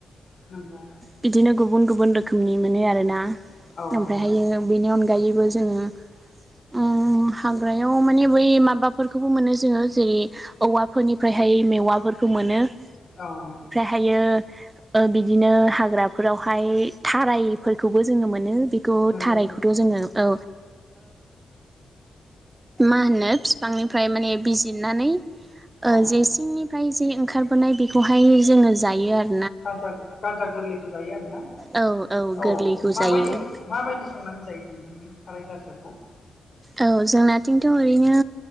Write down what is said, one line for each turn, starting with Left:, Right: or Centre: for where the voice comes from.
Left: नंगौ
Right: बिदिनो गुबुन गुबुन रो खोमनि मोनो आरोना
Left: औ
Right: ओमफ्रायहायो
Left: औ
Right: बेनि अनगायैबो जोङो उम हाग्रायाव माने बै माबाफोरखौबो मोनो जोङो जेरै औवाफोरनिफ्रायहाय मेवाफोर खौ मोनो ।
Left: औ ।
Right: हायो ओ बिदिनो हाग्राफोरावहाय थारायफोरखौबो जोङो मोनो । खौ
Left: नंगौ
Right: थारायखौथ' जोङो औ। मा होनो बिफांनिफ्राय माने बिजिरनानै। ओ
Left: औ
Right: जे सिंनिफ्राय जे ओंखारबोनाय बेखौहाय जोङो जायो आरो।
Left: गाजा गाजा गोरलैखौ जायो आरोना।
Right: औ
Left: औ
Right: गोरलैखौ
Left: माबायदि
Right: जायो
Left: माबायदि संनानै जायो नोंथां बे थाराय गाजाखौ
Right: औ जोंनाथिंथ' ओरैनो